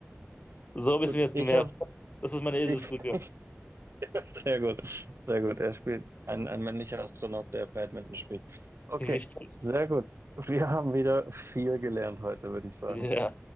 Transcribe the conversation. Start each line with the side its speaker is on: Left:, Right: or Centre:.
Left: So habe
Right: gut,
Left: ich es mir jetzt
Right: ich
Left: gemerkt.
Right: habe
Left: Das ist meine Eselsbrücke.
Right: ich, <laughs> Sehr gut, sehr gut. Er spielt ein, ein männlicher Astronaut, der Badminton spielt. Okay,
Left: Richtig.
Right: sehr gut. Wir haben wieder viel gelernt heute, würde ich sagen.
Left: Ja.